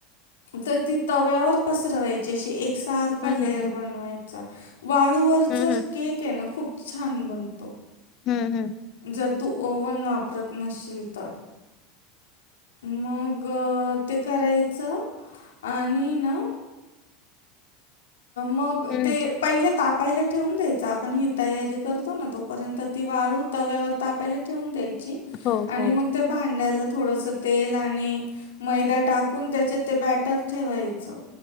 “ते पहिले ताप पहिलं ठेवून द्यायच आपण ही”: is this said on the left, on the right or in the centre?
Left